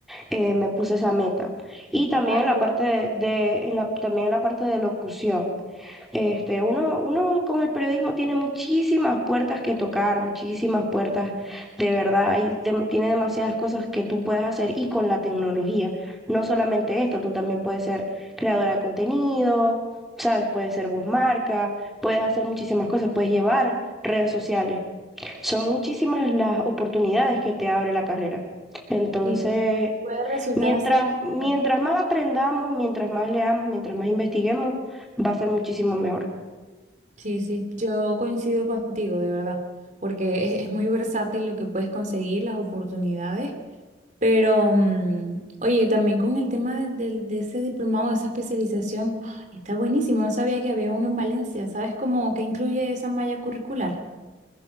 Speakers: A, in the centre; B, on the right (about 40°).
A: eh, me puse esa meta. Y también
B: Ay,
A: en la
B: qué
A: parte
B: bueno.
A: de, de- en la, también en la parte de locución. Este, uno, uno con el periodismo tiene muchísimas puertas que tocar, muchísimas puertas, de verdad, hay dem- tiene demasiadas cosas que tú puedes hacer y con la tecnología. No solamente esto, tú también puedes ser creadora de contenido, sabes, puedes ser voz marca, puedes hacer muchísimas cosas, puedes llevar redes sociales. Son muchísimas las oportunidades que te abre la carrera. Entonces,
B: Sí, puede resultar
A: Mientras,
B: hacer como...
A: mientras más aprendamos, mientras más leamos, mientras más investiguemos, va a ser muchísimo mejor.
B: Sí, sí, yo coincido contigo, de verdad, porque es, es muy versátil lo que puedes conseguir, las oportunidades. Pero, mm, oye, también con el tema de, del- de ese diplomado, de esa especialización, ¡ah! está buenísimo. No sabía que había uno en Valencia. ¿Sabes cómo que incluye esa malla curricular?